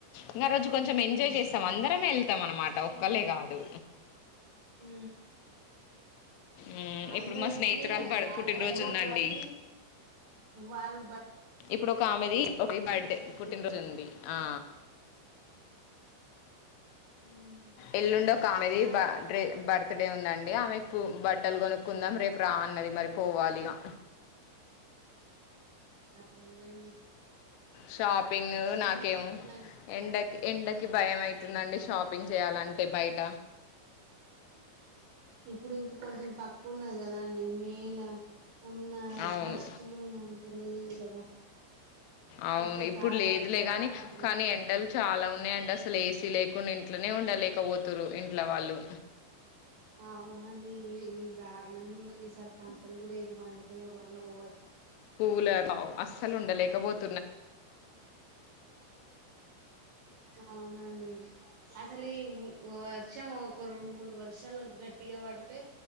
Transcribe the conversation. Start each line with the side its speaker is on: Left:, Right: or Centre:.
Left: ఇంకా రోజు కొంచెం
Right: ఉమ్
Left: ఎంజాయ్ చేస్తాం అందరమే వెళ్తాం అనమాట ఒక్కళ్ళ కాదు
Right: హ
Left: ఉమ్,
Right: అందరికి
Left: ఇప్పుడు మా స్నేహితురాలు బ-
Right: వాళ్ళ
Left: పుట్టినరోజు
Right: బడ్జెట్
Left: ఉందండి
Right: పోతుది వాన్
Left: ఇప్పుడు ఒక ఆమెది ఒక బర్డ్
Right: మన బడ్జెట్
Left: పుట్టినరోజు
Right: పోతది
Left: ఉంది ఆ
Right: ఉమ్
Left: ఎల్లుండో కామెది
Right: కానీ అదొక
Left: బే బర్త్ డే ఉందండి అంట అమె బట్టలు కొనుక్కుందాం రేపు రా అన్నది మరి పోవాలిగా
Right: వెల్లండి
Left: షాపింగ్ నాకేమో
Right: మంచిగుంటదండి
Left: ఎండకి ఎండకి భయం అయి తుందండి షాపింగ్ చేయాలంటే బయట
Right: ఇప్పుడు ఇంకా కొంచెం తక్కువన్నది కదా అండి మే ఇలా ఉన్న
Left: అవును
Right: బస్లు ఉన్న అంత లేదు కదా
Left: అవును
Right: కొ-
Left: ఇప్పుడు
Right: చాలా
Left: లేదులే
Right: వరకు తక్కువ
Left: గాని
Right: ఉంది.
Left: కానీ ఎండలు చాలా ఉన్నా అండ్ అసలు వేసి లేకుండా ఇంట్లోనే ఉండలేకపోతురు ఇంట్లో వాళ్ళు
Right: అవునండి దారుణంగా ఉన్న ఈసారి పంటలు కూడా ఏం పండుత బంండవు
Left: కూలర్ అస్సలు ఉండలేకపోతే
Right: అవునండి అసలు ఈ వర్షం ఒక రెండు మూడు వర్షాలు గట్టిగా పడితే